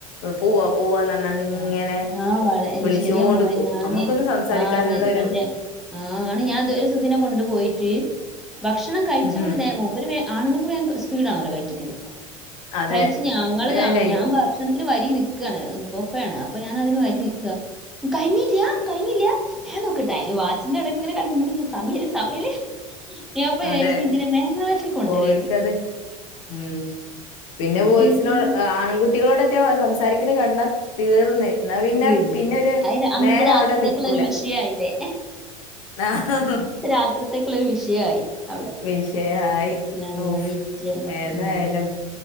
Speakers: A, on the left; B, in the centre.
A: പോവാ പോവാ ന്നാണ്ട് ഇങ്ങനെ
B: ആ ആ വള ഏ,
A: വിളിച്ചോണ്ട്
B: ശരിയാ മോളെ
A: ക്കും
B: ഞാന്
A: നമ്മുക്കൊന്ന് സംസാരിക്കാനുള്ളരു
B: ആ മറ്റേ ആണ് ഞാൻ ദ ഒരൂ സം ദി നെ കൊണ്ടു പോയി. ഭക്ഷണം കഴിച്ച
A: ഉം
B: കൂടി നേര മൂപ്പര് മെം ആണുങ്ങക്ക് ഭയങ്കര സ്പീഡണല്ലോ കഴിക്കുന്നേൽ.
A: അതെ
B: കയ്‌ച്ച് ഞങ്ങള്
A: ഓല് വേം
B: ആ
A: കയ്യും
B: ഞാൻ ഭക്ഷണത്തിന് വരി നിക്കാണ് ഇപ്പൊ പ്പഴാണ് അപ്പൊ ഞാനതിന് വരി നിൽക്കാ കൈഞ്ഞില്ല്യ കൈഞ്ഞില്ല്യ വേം നോക്ക് ടൈ വാച്ചിന്റെ എടെ ഇങ്ങനെ <unintelligible> സമയില് സമയില് <unintelligible>
A: അതെ
B: മേലാൽക്ക് കൊണ്ടരര്ത്
A: ഓര്ക്കത് ഉം പിന്നെ വോയിസിനോട്
B: വെറുപ്പിക്കല്.
A: ആൺകുട്ടി കുട്ടികളോടേറ്റെ വ സംസാരിക്ക്ണ കണ്ടാതീർന്ന് ന്നാ പിന്നെ
B: തീർന്നു.
A: പിന്നൊരു
B: അതായത് അന്നത്തെ
A: നേര
B: രാത്രിത്തേക്കുള്ള
A: അവടെ നിക്കൂല
B: ഒരു വിഷയായില്ലേ.
A: ആഹ്
B: രാത്രിത്തേക്കുള്ളൊരു വിഷയായി അവടെ
A: വിഷയായി
B: ഞങ്ങ
A: ഓഫ്
B: വിറ്റ്
A: ഏതായാലും
B: ഉം